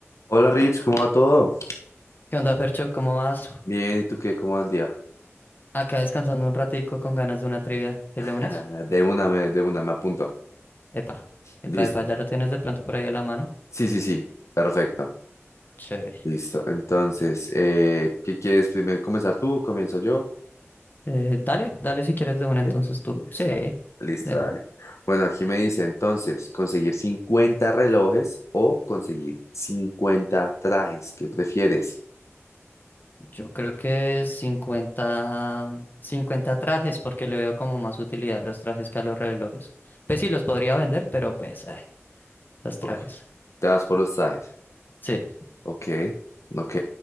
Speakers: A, on the left; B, on the left.
A: Hola Rich, ¿cómo va todo?
B: ¿Qué onda, Fercho? ¿Cómo vas?
A: Bien, ¿y tú qué? ¿Cómo va el día?
B: Acá descansando un ratico con ganas de una trivia de
A: <laughs>
B: lunes.
A: De una, me, de una, me apunto.
B: Epa,
A: Listo.
B: epa, epa, ya lo tienes de pronto por ahí a la mano.
A: Sí, sí, sí, perfecto.
B: Chévere.
A: Listo. Entonces, eh, ¿qué quieres primero comenzar tú? ¿Comienzo yo?
B: Eh, dale, dale si quieres de una entonces
A: ¿Sí?
B: tú.
A: Listo.
B: Sí,
A: Listo,
B: epa.
A: dale. Bueno, aquí me dice entonces, ¿conseguir 50 relojes o conseguir 50 trajes? ¿Qué prefieres?
B: Yo creo que cincuenta, cincuenta trajes porque le veo como más utilidad a los trajes que a los relojes. Pues sí, los podría vender, pero pues eh, los trajes.
A: Ok, Te vas por los trajes.
B: Sí,
A: Ok, ok.